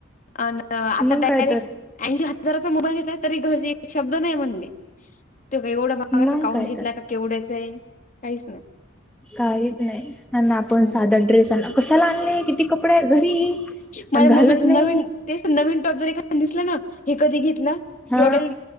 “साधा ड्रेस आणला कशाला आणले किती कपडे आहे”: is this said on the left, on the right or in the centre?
Centre